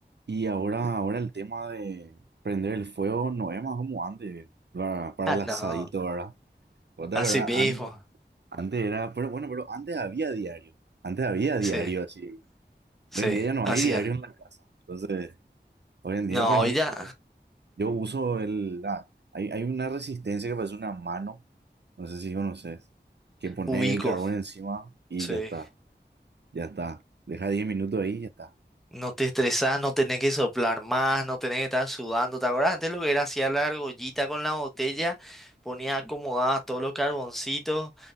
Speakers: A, on the right (about 70°); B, in the centre.
A: Y ahora, ahora el tema de prender el fuego no es más como antes, para, para
B: Ah,
A: el asadito,
B: no,
A: ¿verdad? Otra
B: así
A: verdad,
B: mismo.
A: An- antes era, pero bueno, pero antes había diario, antes había diario
B: Sí,
A: así.
B: sí,
A: Hoy en día ya no
B: así
A: hay diario
B: ya.
A: en la casa. Entonces, hoy en día,
B: No,
A: por ejemplo,
B: hoy ya
A: yo uso el, la- hay, hay una resistencia que parece una mano, no sé si conoces, que pone
B: ubico.
A: el carbón encima y
B: Sí.
A: ya está, ya está. Deja 10 minutos ahí y ya está.
B: No te estresás, no tenés que soplar más, no tenés que estar sudando. ¿Te acuerdas antes lo que era? Hacía la argollita con la botella, ponía acomodadas todos los carboncitos